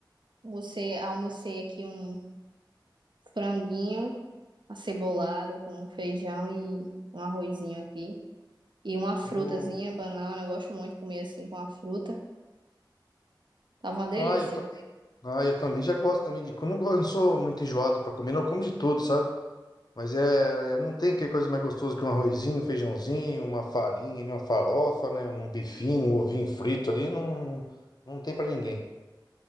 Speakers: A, on the right (about 70°); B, on the left (about 55°).
A: Almocei, almocei aqui um franguinho acebolado com feijão e um arrozinho aqui. E uma frutazinha,
B: O-
A: banana. Eu gosto muito de comer assim com a fruta. Tava uma delícia.
B: Ah, eu, ta- ah, eu também já gosto também de... Eu não, go- eu não sou muito enjoado para comer, não, eu como de tudo, sabe? Mas é, é- não tem que coisa mais gostosa que um arrozinho, um feijãozinho, uma farinha, né, uma farofa, né, um bifinho, um ovinho frito ali, não, não tem pra ninguém.